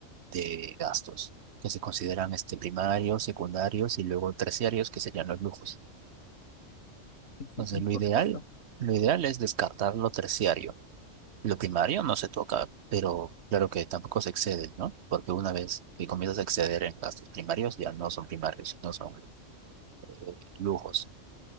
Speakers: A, on the right (about 65°); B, on the left (about 85°).
A: de gastos que se consideran este, primarios, secundarios y luego terciarios, que serían los lujos.
B: Sí, sí,
A: Entonces,
B: sí,
A: lo
B: por
A: ideal,
B: supuesto.
A: lo ideal es descartar lo terciario Lo primario no se toca, pero claro que tampoco se excede, ¿no? Porque una vez que comienzas a exceder en gastos primarios, ya no son primarios, no son eh, lujos.